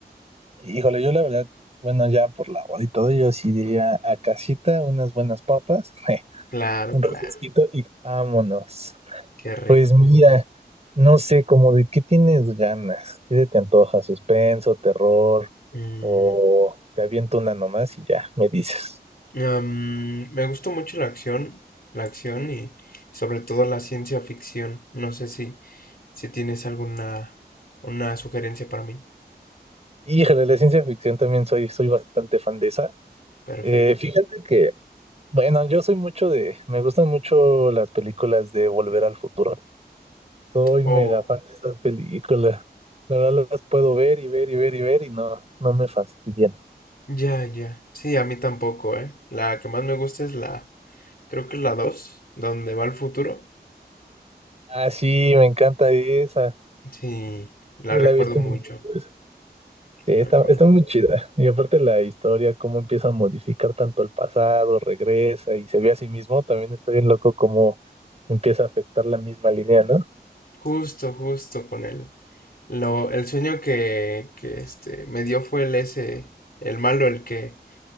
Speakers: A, on the right (about 40°); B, on the left (about 60°).
A: Híjole, yo la verdad, bueno, ya por la hora y todo, yo sí diría a casita, unas buenas papas, <laughs>
B: Claro,
A: un
B: claro.
A: refresquito y vámonos.
B: Qué rico.
A: Pues mira, no sé, como de qué tienes ganas, qué se te antoja, suspenso, terror,
B: Mm,
A: o te aviento una nomás y ya me dices.
B: am, me gusta mucho la acción, la acción y sobre todo la ciencia ficción. No sé si, si tienes alguna una sugerencia para mí.
A: Híjole, la ciencia ficción también soy, soy bastante fan de esa.
B: Perfecto.
A: Eh, fíjate que, bueno, yo soy mucho de, me gustan mucho las películas de Volver al Futuro. Soy
B: Oh.
A: mega fan de esas películas. La verdad las puedo ver y ver y ver y ver y no, no me fastidian.
B: Ya, ya. Sí, a mí tampoco, ¿eh? La que más me gusta es la, creo que es la dos donde va el futuro.
A: Ah, sí, me encanta esa.
B: Sí, la
A: Sí,
B: recuerdo
A: la he visto
B: mucho,
A: un poquito esa. Sí, está,
B: la recuerdo.
A: está muy chida. Y aparte la historia, cómo empieza a modificar tanto el pasado, regresa y se ve a sí mismo, también está bien loco cómo empieza a afectar la misma línea, ¿no?
B: Justo, justo con él. Lo, el sueño que, que este, me dio fue el ese, el malo, el que,